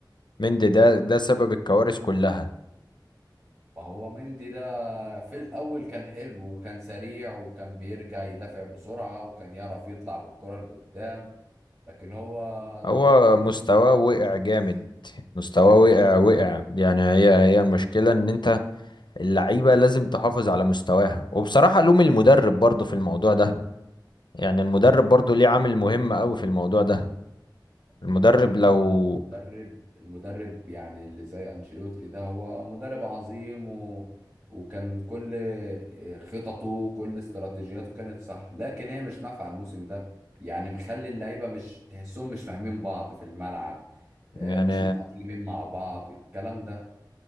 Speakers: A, on the left; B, on the right.
A: مندي ده ده سبب الكوارث كلها
B: ما هو مندي ده في الأول كان حلو وكان سريع وكان بيرجع يدافع بسرعة وكان يعرف يطلع بالكرة لقدام لكن هو دلوقتي
A: هو
B: البطولة
A: مستواه
B: بتتقطع
A: وقع جامد
B: بس
A: مستواه
B: دي حقيقة
A: وقع وقع يعني هي هي المشكلة إن أنت اللعيبة لازم تحافظ على مستواها وبصراحة لوم المدرب برضه في الموضوع ده يعني المدرب برضه ليه عامل مهم أوي في الموضوع ده المدرب
B: هو كده
A: لو
B: كده المدرب المدرب يعني اللي زي أنشيلوتي ده هو مدرب عظيم و... وكان كل خططه كل استراتيجياته كانت صح لكن هي مش نافعة الموسم ده يعني مخلي اللعيبة مش تحسهم مش فاهمين بعض في الملعب آه،
A: يعني
B: مش متأقلمين مع بعض الكلام ده